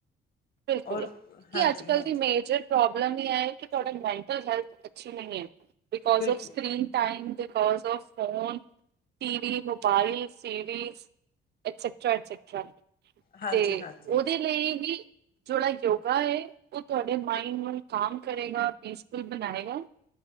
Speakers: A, on the right (about 55°); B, on the left (about 50°).
A: ਬਿਲਕੁਲ,
B: ਔਰ
A: ਕੀ
B: ਹਾਂਜੀ
A: ਅੱਜ-ਕੱਲ੍ਹ
B: ਹਾਂਜੀ
A: ਦੀ ਮੇਜਰ ਪ੍ਰੋਬਲਮ ਇਹ ਐ ਕਿ ਤੁਹਾਡਾ ਮੈਂਟਲ ਹੈਲਥ ਅੱਛੀ ਨਹੀਂ ਐ, ਬਿਕੋਜ
B: ਬਿਲਕੁਲ
A: ਫ screen time because of phone, T V, mobile, series etcetera etcetera
B: ਹਾਂਜੀ
A: ਤੇ
B: ਹਾਂਜੀ
A: ਉਹਦੇ ਲਈ ਵੀ ਥੋੜਾ ਯੋਗਾ ਹੋਏ, ਉਹ ਤੁਹਾਡੇ ਮਾਈੰਡ ਨੂੰ ਕਾਮ ਕਰੇਗਾ, ਪੀਸਫੁਲ ਬਣਾਏਗਾ।